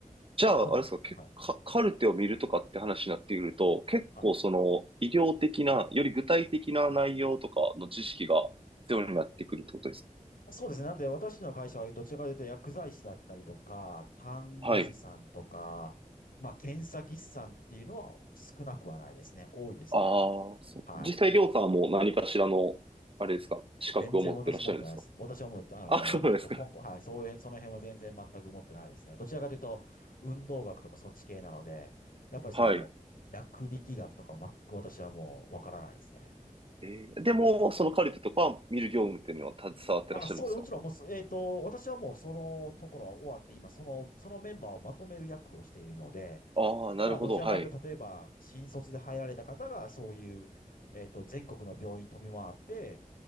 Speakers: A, on the right; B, on the left.
A: じゃあ、
B: そうなんです。
A: あれですか、けか、
B: はい。
A: カルテを見るとかって話になってくると、結構その医療的な、
B: はい。
A: より具体的な内容とかの知識が必要になってくるってことですか
B: そうですね。なんで、私たちの会社はどちらかというと薬剤師だったりとか、看護師さんとか、
A: はい。
B: まあ、検査技師さんっていうのは少なくはないですね。多いですね。
A: ああ、そう。
B: はい。
A: 実際、りょうさんはもう何かしらの、あれですか、資格を持ってらっしゃるんですか
B: 全然私持ってないです。私はもう、あの、
A: あ、そうですか。
B: ちょっとポンコ、はい、そういう、その辺は全然全く持ってないですね。どちらかというと、運動学とかそっち系なので、やっぱりその、
A: はい。
B: 薬力学とか全く私はもうわからないですね。
A: えーでも、
B: はい
A: そのカルテとか見る業務っていうのは携わってらっしゃるんですか
B: あ、そう、もちろん、もうそ、えっと、私はもうそのところは終わって、今、その、そのメンバーをまとめる役をしているので、
A: ああー、
B: 今、
A: なるほど。
B: どちらかというと、
A: はい。
B: 例えば、新卒で入られた方が、そういう、えっと、全国の病院飛び回って、